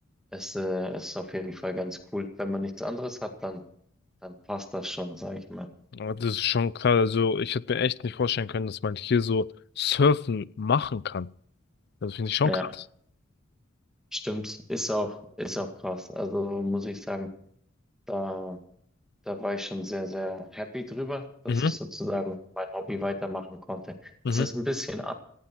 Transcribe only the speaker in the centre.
es, äh, ist auf jeden Fall ganz cool. Wenn man nichts anderes hat, dann, dann passt das schon, sage ich mal.
Ja,
stimmt, ist auch, ist auch krass. Also muss ich sagen, da da war ich schon sehr, sehr happy drüber, dass
ich sozusagen mein Hobby weitermachen konnte.
Es ist ein bisschen anders,